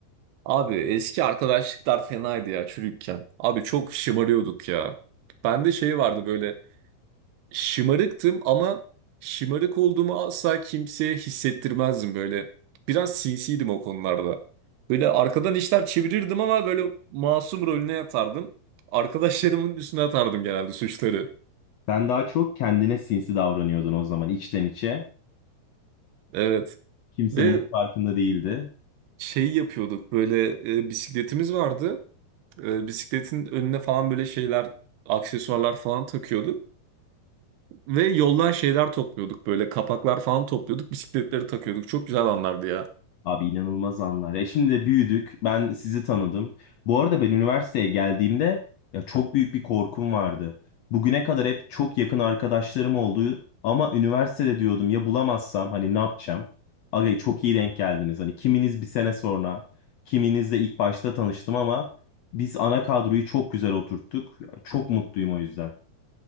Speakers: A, on the right; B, on the left.
A: Abi eski arkadaşlıklar fenaydı ya çocukken. Abi çok şımarıyorduk ya. Bende şey vardı böyle Şımarıktım ama şımarık olduğumu asla kimseye hissettirmezdim böyle. Biraz sinsiydim o konularda. Böyle arkadan işler çevirirdim ama böyle masum rolüne yatardım. Arkadaşlarımın üstüne atardım genelde suçları.
B: Sen daha çok kendine sinsi davranıyordun o zaman içten içe.
A: Evet.
B: Kimse
A: Ve
B: bunun farkında değildi.
A: şey yapıyorduk böyle e, bisikletimiz vardı. E, bisikletin önüne falan böyle şeyler, aksesuarlar falan takıyorduk. Ve yoldan şeyler topluyorduk böyle kapaklar falan topluyorduk. Bisikletleri takıyorduk. Çok güzel anlardı ya.
B: Abi inanılmaz anlar. Ya şimdi de büyüdük. Ben sizi tanıdım. Bu arada ben üniversiteye geldiğimde ya çok büyük bir korkum vardı. Bugüne kadar hep çok yakın arkadaşlarım oldu ama üniversitede diyordum ya bulamazsam hani ne yapacağım? Aga çok iyi denk geldiniz. Hani kiminiz bir sene sonra, kiminiz de ilk başta tanıştım ama biz ana kadroyu çok güzel oturttuk. Çok mutluyum o yüzden.